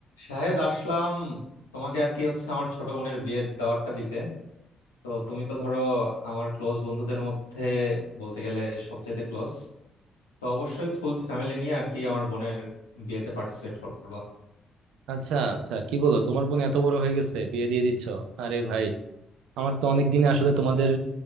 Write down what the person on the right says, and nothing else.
আচ্ছা আচ্ছা কি বলো তোমার বোন এত বড় হয়ে গেছে বিয়ে দিয়ে দিচ্ছ আরে ভাই আমার তো অনেক দিনে আসলে তোমাদের